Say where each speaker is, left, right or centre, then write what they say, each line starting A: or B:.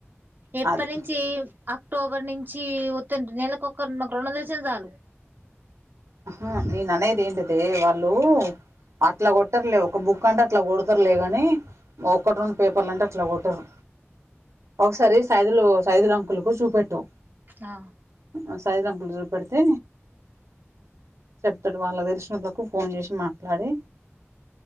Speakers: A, on the right; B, on the right.
A: ఎప్పనుంచి
B: అది
A: అ క్టోబర్ నుంచి వత్తంటిని నెలకు ఒక నాక్ రెండు వందలు ఇచ్చిన జాలు
B: ఆహా నేను అనేది ఏంటిది వాళ్లు అట్లా కొట్టరులే. ఒక బుక్ అంటే అట్లా కొడతరులే గాని, ఒక్కటి రెండు పేపర్లు అంటే అట్లా కొట్టరు. ఒకసారి సైదులు సైదులంకులుకు సూపెట్టు
A: ఆ
B: ఆ సైదులు అంకుల్కు చూపెడితే చెప్తడు వాళ్లకు తెలిసినోళ్లకి ఫోన్ చేసి మాట్లాడి